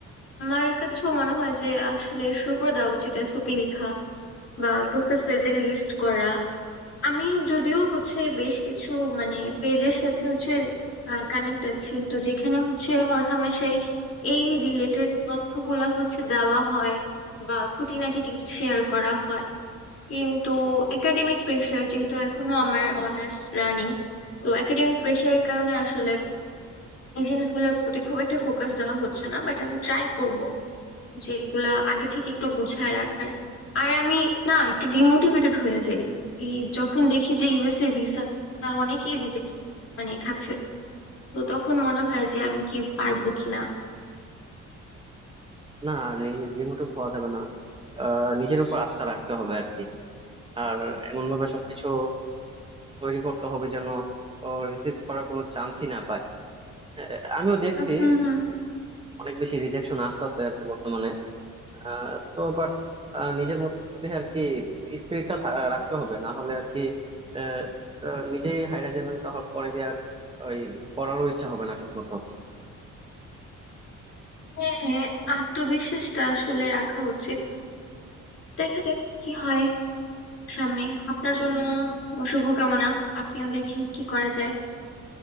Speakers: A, on the left; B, on the right.
A: আমার কাছেও মনে হয় যে আসলে শুরু করে দেওয়া উচিত এসওপি লেখা বা প্রফেসরদের লিস্ট করা আমি যদিও হচ্ছে বেশ কিছু মানে পেজের সাথে হচ্ছে কানেক্ট আছি তো যেখানে হচ্ছে হরহামেশাই এই রিলেটেড তথ্যগুলা হচ্ছে দেওয়া হয় বা খুঁটিনাটি টিপস শেয়ার করা হয় কিন্তু একাডেমিক প্রেশার যেহেতু এখনো আমার অনার্স রানিং তো একাডেমিক প্রেশারের কারণে আসলে এই জিনিসগুলোর প্রতি খুব একটা ফোকাস দেওয়া হচ্ছে না বাট আমি ট্রাই করব যেগুলা আগে থেকে একটু গুছায় রাখার আর আমি না একটু ডিমোটিভেটেড হয়ে যাই এই যখন দেখি যে ইউএস এর ভিসা অনেকেই রিজেক্ট মানে খাচ্ছে তো তখন মনে হয় যে আমি কি পারবো কিনা
B: না ডিমোটিভ হওয়া যাবে না আহ, নিজের উপর আস্থা রাখতে হবে আর কি আর এমন ভাবে সবকিছু তৈরি করতে হবে যেন রিজেক্ট করার কোনো চান্সই না পায় আহ, আমিও দেখছি
A: হুম হুম
B: অনেক বেশি রিজেকশন আসতেছে আর কি বর্তমানে আহ, তো বাট নিজের মধ্যে আর কি স্পিরিটটা রাখতে হবে না হলে আর কি আহ, আহ, নিজেই হাইরা যাবেন তাহলে পরে দিয়ে আর ওই পড়ারও ইচ্ছা হবে না ঠিক মতো
A: হ্যাঁ হ্যাঁ আত্মবিশ্বাসটা আসলে রাখা উচিত দেখা যাক কি হয় সামনে আপনার জন্য শুভকামনা আপনিও দেখেন কি করা যায়